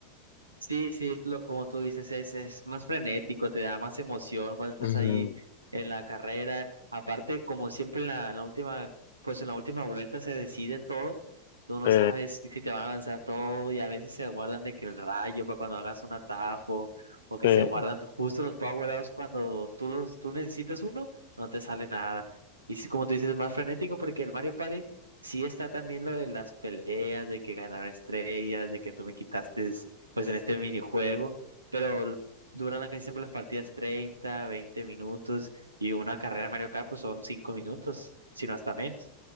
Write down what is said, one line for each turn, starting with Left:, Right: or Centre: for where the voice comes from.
Right: Sí, sí, lo, como tú dices, es, es más frenético, te da más emoción cuando estás
Left: Ujú.
Right: ahí en la carrera. Aparte, como siempre en la, en la última, pues en la última vuelta se decide todo. Tú no
Left: Sí,
Right: sabes si te van a lanzar todo y a veces se guardan de que el rayo para cuando hagas un atajo o que
Left: sí.
Right: se guardan justo los power ups cuando tú los, tú necesitas uno, no te sale nada. Y sí, como tú dices, es más frenético porque el Mario Party sí está también lo de las peleas, de que ganar estrellas, de que tú me quitaste pues en este minijuego, pero duran casi siempre las partidas 30, 20 minutos y una carrera Mario Kart pues son 5 minutos, sino hasta menos.